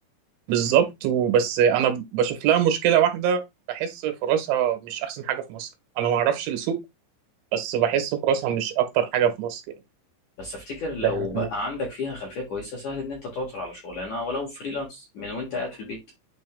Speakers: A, on the right (about 75°); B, on the left (about 60°).
A: بالظبط وبس انا بشوف لها مشكلة واحدة بحس فرصها مش احسن حاجة في مصر انا ما اعرفش السوق بس بحس فرصها مش اكتر حاجة في مصر يعني
B: بس افتكر لو
A: لأن
B: بقى عندك فيها خلفيه كويسه سهل ان انت تعثر على شغلانه ولو فريلانس من وانت قاعد في البيت